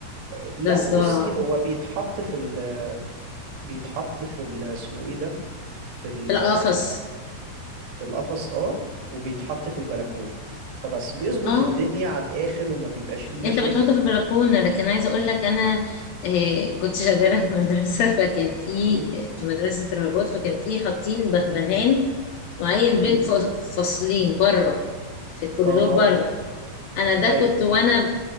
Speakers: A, on the right; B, on the left.
A: لا
B: ده صداع
A: بصي هو بيتحط في ال بيتحط في ال اسمه ايه ده في ال
B: القفص
A: في القفص اه وبيتحط في البلكونة فبس بيظبط
B: اه
A: الدنيا على الآخر وما بيبقاش فيه مشاكل
B: انت بتحط في البلكونه لكن عايزه اقول لك انا آه، كنت شغاله في مدرسه فكان في
A: امم
B: مدرسه رهبات فكان في حاطين بغبغان
A: امم
B: معين بين
A: امم
B: فص- فصلين بره في الكوريدور
A: اه
B: بره انا ده
A: ايوه
B: كنت وانا